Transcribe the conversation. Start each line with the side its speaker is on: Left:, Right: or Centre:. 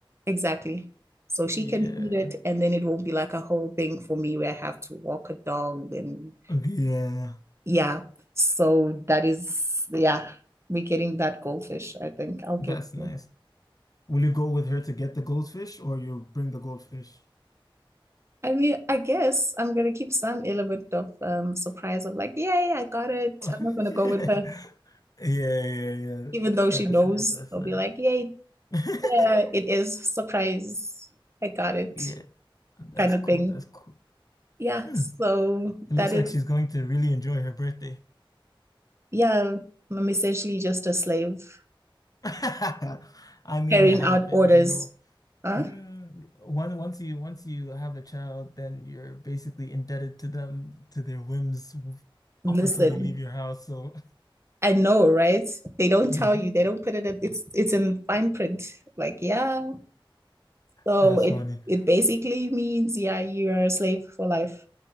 Right: Exactly. So she
Left: Yeah.
Right: can feed it, and then it won't be like a whole thing for me where I have to walk a dog and
Left: Yeah.
Right: yeah. So that is, yeah, we're getting that goldfish, I think. I'll get
Left: That's nice.
Right: it.
Left: Will you go with her to get the goldfish or you bring the goldfish?
Right: I mean, I guess I'm gonna keep some element of um surprise of like, yay, I got it.
Left: <laughs>
Right: I'm not gonna go with her,
Left: Yeah, yeah,
Right: even
Left: yeah.
Right: though
Left: That's
Right: she knows.
Left: nice. That's
Right: I'll
Left: nice.
Right: be like, yay,
Left: <laughs>
Right: yeah, it is surprise. I got it,
Left: Yeah, that's
Right: kind of
Left: cool.
Right: thing.
Left: That's cool.
Right: Yeah,
Left: Hmm.
Right: so
Left: It looks
Right: that is,
Left: like she's going to really enjoy her birthday.
Right: yeah, I'm essentially just a slave
Left: <laughs> I mean,
Right: carrying
Left: it happens,
Right: out orders.
Left: you know.
Right: Huh?
Left: Mm, one once you once you have a child, then you're basically indebted to them to their whims
Right: Listen,
Left: up until they leave your house. So,
Right: I know, right? They don't
Left: <laughs> Mhm.
Right: tell you. They don't put it in, it's it's in fine print. Like, yeah. So
Left: That's
Right: it
Left: funny.
Right: it basically means, yeah, you're a slave for life